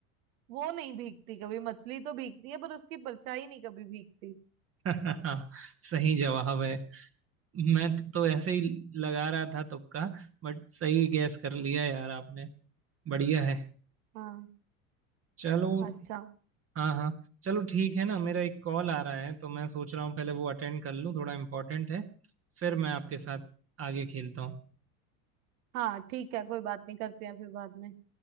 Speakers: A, on the right; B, on the right.
A: वो नहीं भीगती कभी मछली तो भीगती है पर उसकी परछाई नहीं कभी भीगती
B: <laughs> सही जवाब है मैं तो ऐसे ही लगा रहा था तुक्का बट सही गैस कर लिया यार आपने बढ़िया है
A: हाँ
B: चलो
A: अच्छा
B: हाँ हाँ चलो ठीक है ना मेरा एक कॉल आ रहा है तो मैं सोच रहा हूँ पहले वो अटेंड कर लूँ थोड़ा इम्पोर्टेंट है फिर मैं आपके साथ आगे खेलता हूँ
A: हाँ ठीक है कोई बात नहीं करते हैं फिर बाद में